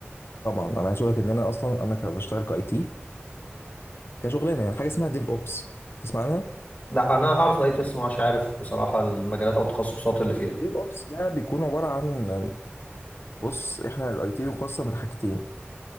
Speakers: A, on the left; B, on the left.
A: طبعا انا عايز اقول لك ان انا اصلا انا كان بشتغل كاي تي كشغلانه يعني حاجه اسمها ديف اوبس تسمع عنها
B: لا أنا أعرف الأي تي إس مش عارف بصراحة المجالات أو التخصصات اللي فيها
A: الديف أوبس ده بيكون عبارة عن بص احنا الاي تي بيقسم لحاجتين